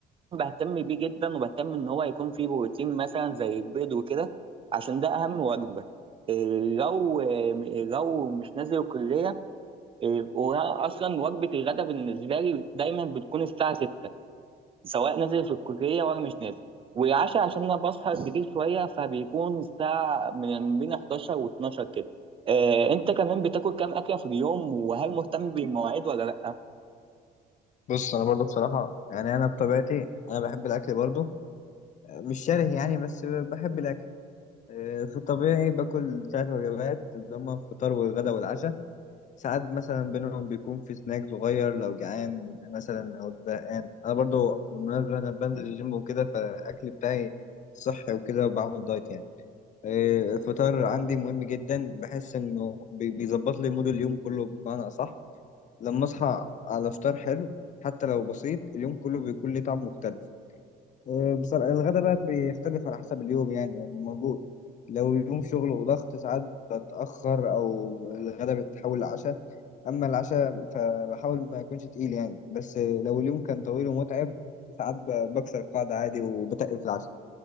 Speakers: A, on the right; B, on the left.
A: بهتم بيه جدا وبهتم إن هو يكون فيه بروتين مثلا زي البيض وكده عشان ده أهم وجبة آه، لو آه، لو مش نازل الكلية إيه، وانا اصلا وجبه الغداء بالنسبه لي دايما بتكون الساعه 6 سواء نازل في الكليه ولا مش نازل والعشاء عشان انا بسهر كتير شويه فبيكون الساعه من بين 11 و12 كده آه، انت كمان بتاكل كام اكله في اليوم وهل مهتم بالمواعيد ولا لا
B: بص انا برضو بصراحه يعني انا بطبيعتي انا بحب الاكل برضو مش شره يعني بس بحب الاكل آه، في الطبيعي باكل ثلاث وجبات اللي هما الفطار والغدا والعشاء ساعات مثلا بينهم بيكون في سناك صغير لو جعان مثلا او زهقان انا برضو بالمناسبه انا بنزل الجيم وكده فالاكل بتاعي صحي وكده وبعمل دايت يعني آه، الفطار عندي مهم جدا بحس انه بي- بيظبط لي مود اليوم كله بمعنى اصح لما اصحى على فطار حلو حتى لو بسيط اليوم كله بيكون ليه طعم مختلف آه، بصراحة الغدا بقى بيختلف على حسب اليوم يعني يعني موجود لو يوم شغل وضغط ساعات بتأخر أو الغدا بيتحول لعشاء أما العشاء فبحاول ما يكونش تقيل يعني بس آه، لو اليوم كان طويل ومتعب ساعات ب- بكسر القاعدة عادي وبتقل في العشاء